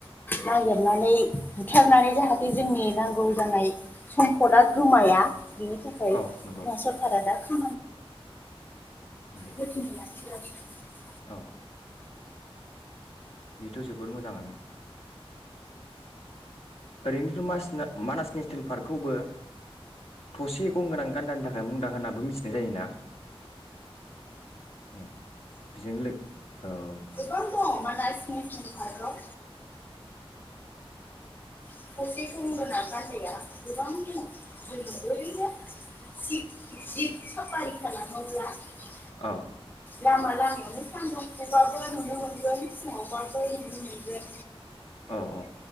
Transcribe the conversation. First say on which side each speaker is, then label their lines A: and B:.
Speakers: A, on the left (about 20°); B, on the left (about 80°).
A: नागिरनानै बुथारनानै जाहाथे जोंनि नांगौ जानाय सम्फदा गोमाया। बिनि थाखाय
B: औ नंगौ
A: सरकारा दा ख <inaudible>
B: उम
A: <inaudible> ज <inaudible>
B: औ बेथ जोबोर मोजांङानो ओरैनोथ मानास नेसनेल पार्कखौबो थसे गंगोनां गान्दानि थाखाय मुंदांखा होनानै मिथिनाय जायोना उम बेजोंनो लोगो औ <inaudible>
A: दङ जोथोन लागासिनो दङ गोबां दङ मानास नेसनेल पार्कआव <inaudible>
B: औ
A: लामा लामायावनो सानजौफुबाबो नुनो मोनगोन फुंङावबाबो नुनो मोनगोन
B: औ औ